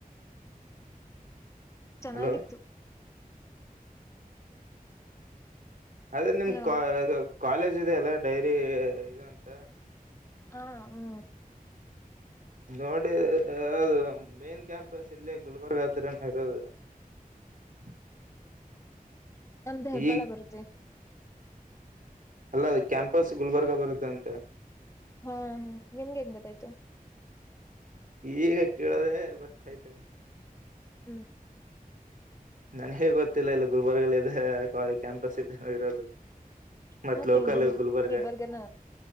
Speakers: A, on the left; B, on the right.
A: ಚೆನ್ನಾಗಿತ್ತು
B: ಹಲೋ ಅದೇ ನಿಮ್
A: ಹಲೋ
B: ಕಾಲೇಜ್ ಇದೆ ಅಲ್ಲ ಡೈರಿ ಇದು ಅಂತ
A: ಹಾ ಹ್ಮ್
B: ನೋಡಿ ಅದು ಮೇನ್ ಕ್ಯಾಂಪಸ್ ಇಲ್ಲಿ ಗುಲ್ಬರ್ಗ ಹತ್ರರನ ಇರೋದು <unintelligible>
A: ನಮ್ದು ಹೆಬ್ಬಾಳ
B: ಈಗ
A: ಬರುತ್ತೆ
B: ಅಲ್ಲ ಕ್ಯಾಂಪಸ್ ಗುಲ್ಬರ್ಗ ಬರುತ್ತೆಂತೆ
A: ಹಾ ಹಾ ನಿಮ್ಗೆ ಹೆಂಗ್ ಗೊತ್ತಾಯ್ತು
B: ಈಗ ಕೇಳದ ಗೊತ್ತಾಯ್ತ
A: ಹ್ಮ್.
B: ನನ್ ಹೇಗ್ ಗೊತ್ತಿಲ್ಲ ಇಲ್ಲ ಗುಲ್ಬರ್ಗ ಅ ಇದೆ ಕಾಲೇಜ್ ಕ್ಯಾಂಪಸ್ ಇದೆ ಹೋಗ ಇರೋದು ಮತ್ತ್
A: ಹಾ
B: ಲೋಕಲ್
A: ಗುಲ್
B: ಗುಲ್ಬರ್ಗ
A: ಗುಲ್ಬರ್ಗನ